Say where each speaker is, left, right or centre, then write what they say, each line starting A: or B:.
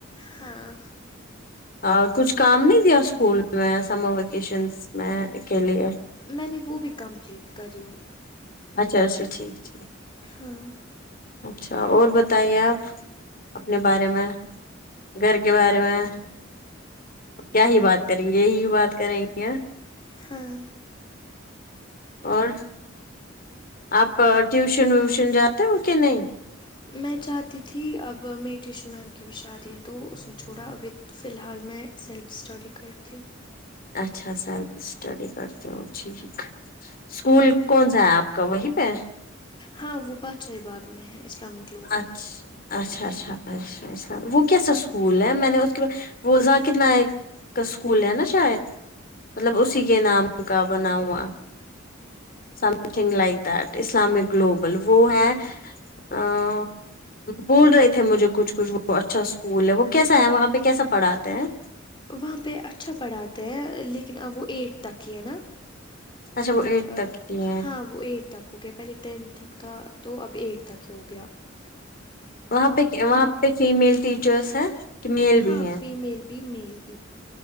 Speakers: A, on the left; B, on the left.
A: ہاں
B: ا کچھ کام نہیں دیا اسکول میں سمر ویکیشنس میں کے لیے
A: میں نے وہ بھی کمپلیٹ کری ہوں
B: اچھا اچھا ٹھیک ٹ
A: ہاں
B: اچھا اور بتائیے آپ اپنے بارے میں گھر کے بارے میں کیا ہی بات کریں گے یہی بات کریں گے
A: ہاں
B: اور آپ ٹیوشن ویوشن جاتے ہو کہ نہیں
A: میں چاہتی تھی اب میری ٹیوشن میم کی بھی شادی ہے تو اس نے چھوڑا ابھی فی الحال میں سیلف اسٹڈی کرتی ہوں
B: اچھا سیلف اسٹڈی کرتی ہو ٹھیک اسکول
A: ہوں
B: کون سا ہے آپ کا وہی پہ ہے
A: ہاں وہ پاچشاہی باغ میں ہے اسلامک گلوبل
B: اچھا اچھا اچھا ا چھا وہ کیسا اسکول ہے میں نے اس کے وہ ذاکیر ناںک کا سکول ہے نا شاید مطلب اسی کے نام کا بنا ہوا something like that Islamic global وہ ہے اں بول رہے تھے مجھے کچھ کچھ وہ اچھا اسکول ہے وہ کیسا ہے وہاں پہ کیسا پڑھاتے ہیں
A: وہاں پہ اچھا پڑھاتے ہیں لیکن اب وہ ایٹھ تک کی ہے نا
B: اچھا وہ ایٹ
A: ا
B: تک کی ہے
A: ہاں وہ ایٹ تک ہو گیا پہلے ٹینتھ تک تھا تو اب ایٹھ تک ہی ہو گیا
B: وہاں پہ کیا وہاں پہ فیمیل ٹیچرس ہیں کہ میل
A: ہاں
B: بھی ہیں
A: فیمیل بھی میل بھی